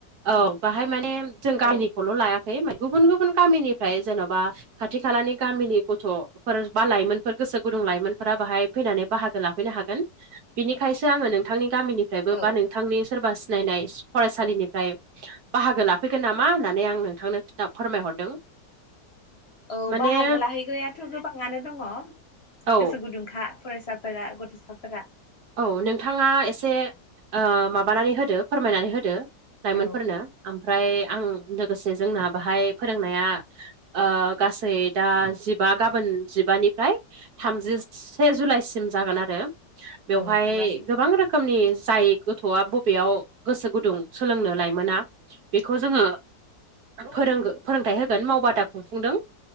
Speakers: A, on the right; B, on the left.
A: औ बाहाय माने जों गामिनिखौल'
B: औ
A: लायाखै गुबुन गुबुन गामिनिफ्राय जेन'बा खाथि खालानि गामिनि गथ'फोर बा लाइमोनफोर गोसो गुदुं लाइमोनफोरा बाहाय फैनानै बाहागो लाफैनो हागोन बिनिखायसो आङो नोंथांनि गामिनिफ्रायबो
B: औ
A: बा नों थांनि सोरबा सिनायनाय फरायसालिनिफ्राय बाहागो लाफैगोन नामा होननानै आं नोंथांनो खिथा फोरमायहरदों।
B: औ
A: माने
B: बाहागो लाहैग्रायाथ' गोबाङानो दङ।
A: औ
B: गोसो गुदुंखा फरायसाफोरा गथ'साफोरा।
A: औ नोंथाङा एसे ओ माबानानै होदो फोरमायनानै होदो। लाइमोनफोरनो
B: औ
A: ओमफ्राय आं लोगोसे जोंना बाहाय फोरोंनाया ओ गासै दा जिबा गाबोन जिबानिफ्राय थामजिसे जुलाइसिम जागोन आरो। बेवहाय
B: औ जिबा साननि
A: गोबां रोखोम नि जाय गथ'आ बबेयाव गोसो गुदुं सोलोंनो लायमोना बेखौ जोङो फोरों-फोरोंथाइ होगोन मावबादा खुंफुंदों।